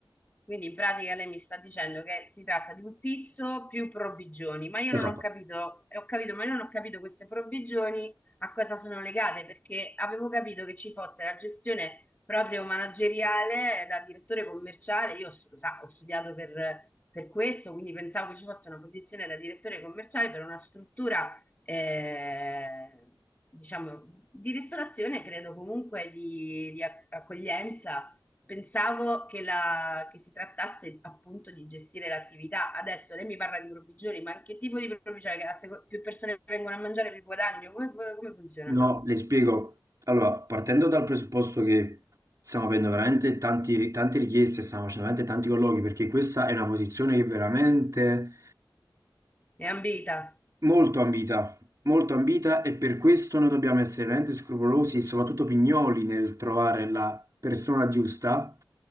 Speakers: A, on the left; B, on the right.
A: Quindi in pratica lei mi sta dicendo che si tratta di un fisso più provvigioni, ma io
B: Esatto.
A: non ho capito, e ho capito, ma io non ho capito queste provvigioni a cosa sono legate, perché avevo capito che ci fosse la gestione proprio manageriale eh, da direttore commerciale, io s- lo sa, ho studiato per, per questo, quindi pensavo che ci fosse una posizione da direttore commerciale per una struttura, eh, diciamo, di ristorazione, credo comunque di, di ac- accoglienza Pensavo che, la- che si trattasse appunto di gestire l'attività. Adesso lei mi parla di provvigioni, ma che tipo di provvigioni? Che a seco- più persone vengono a mangiare, più guadagno? Come, come come funziona?
B: No, le spiego. Allora, partendo dal presupposto che stiamo avendo veramente tanti- tante richieste, stiamo facendo veramente tanti colloqui, perché questa è una posizione che veramente
A: È ambita.
B: Molto ambita, molto ambita e per questo noi dobbiamo essere veramente scrupolosi e soprattutto pignoli nel trovare la persona giusta,